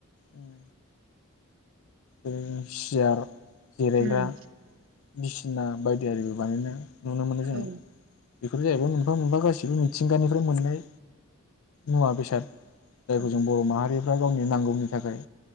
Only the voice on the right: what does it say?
उम
औ
औ